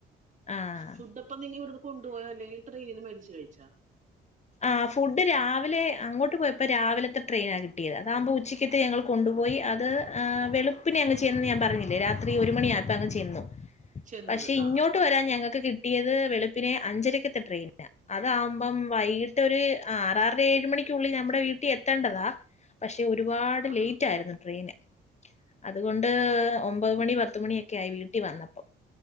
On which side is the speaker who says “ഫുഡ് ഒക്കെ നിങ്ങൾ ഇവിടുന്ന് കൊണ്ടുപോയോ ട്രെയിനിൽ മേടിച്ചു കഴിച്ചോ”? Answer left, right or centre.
Right